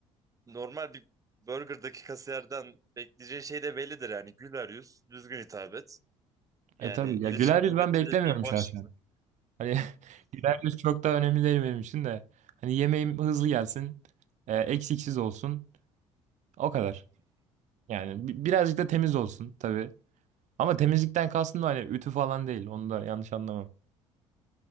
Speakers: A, on the right; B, on the right.
A: normal bir burgerdaki kasiyerden bekleyeceğin şey de bellidir yani. Güler yüz, düzgün hitap et. Yani
B: E tabii
A: iletişimi
B: ya güler
A: kuvvetli
B: yüz ben beklemiyorum
A: dediği baş.
B: şahsen. Hani <laughs> güler yüz çok da önemli değil benim için de. Hani yemeğim hızlı gelsin, e, eksiksiz olsun. O kadar. Yani bi- birazcık da temiz olsun tabii. Ama temizlikten kastım da hani ütü falan değil. Onu da yanlış anlama.